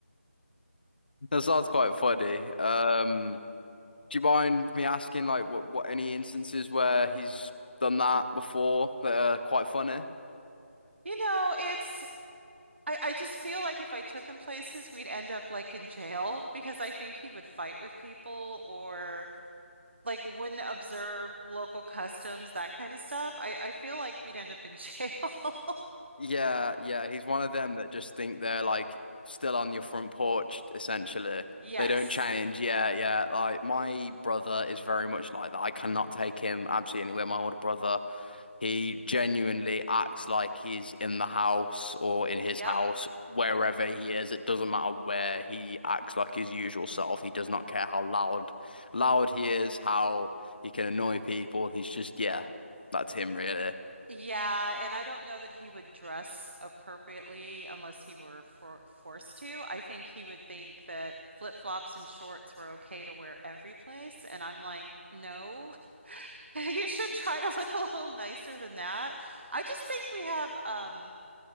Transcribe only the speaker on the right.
You know, it's I, I just feel like if I took him places, we'd end up like in jail because I think he would fight with people or like wouldn't observe local customs, that kind of stuff. I, I feel like we'd end up in jail. <laughs>
Yes.
Yep.
Yeah, and I don't know that he would dress appropriately unless he were for forced to. I think he would think that flip-flops and shorts were okay to wear every place, and I'm like, no. <laughs> You should try to look a little nicer than that. I just think we have um,